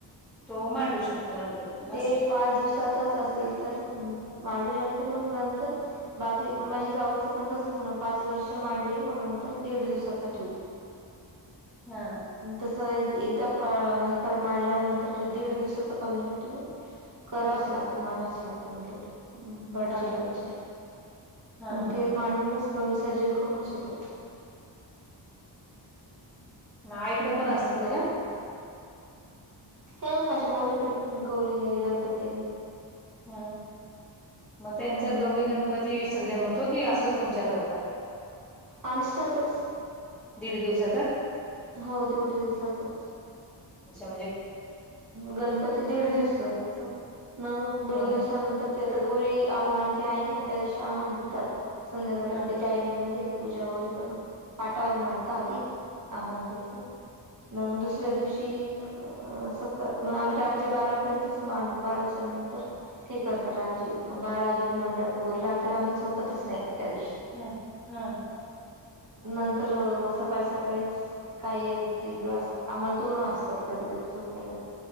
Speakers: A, in the centre; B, on the right (about 45°).
A: तो मांडू शकतो गणपती.
B: ते
A: असं
B: पाच दिवसाचाच असेल तर मांडू शकते मग नंतर बाकी माझे जाऊचं पण तसंच ना पाच वर्ष मांडली मग नंतर दीड दिवसाचा ठेवली.
A: हा.
B: तसं एकदा पा मांडल्यावर नंतर ठेव दीड दिवसाच का होईना तुम्ही करावच
A: ह
B: लागते मांडावच लागते म्हणलं. भटजीला
A: हा
B: विचारलं
A: हा
B: मग
A: हा
B: ते
A: हा.
B: मांडूनच मग विसर्जन करूनच येतात.
A: म आयकड
B: हम्म
A: पण असत तुझ्या?
B: हो माझ्या मम्मीकडे पण गौरी आय गणपती आय.
A: हम्म म त्यांच
B: हम्म
A: गौरी गणपती विसर्जन होतो की असंच तुमच्यासारखा?
B: आमच्यासारखंच.
A: दीड दिवसाचा
B: हो दीड दिवसाचच
A: अच्छा म्हणजे
B: गणपती दीड दिवसच असतो. मग दोन
A: हा
B: दिवसानंतर ते आता गौरी आव्हान ते हायत ना त्या दिवशी आव्हान देतात. संध्याकाळी
A: त्याला
B: ते टायमिंगमध्ये पूजा वगैरे करून. पाटावर मांडता आधी आव्हान द्यायच मग दुसऱ्या दिवशी अ सकाळ म आम्ही रात्री बारापर्यंतच मांडू बाराच्या नंतर हे करत रात्री बारा वाजे मंडप रात्री आम्ही झोपतच त्या दिशी.
A: हा हा.
B: नंतर सकाळी सकाळीच काही एक दिलु अस आम्हाला दोन वाजतात. कधी कधी झोपायला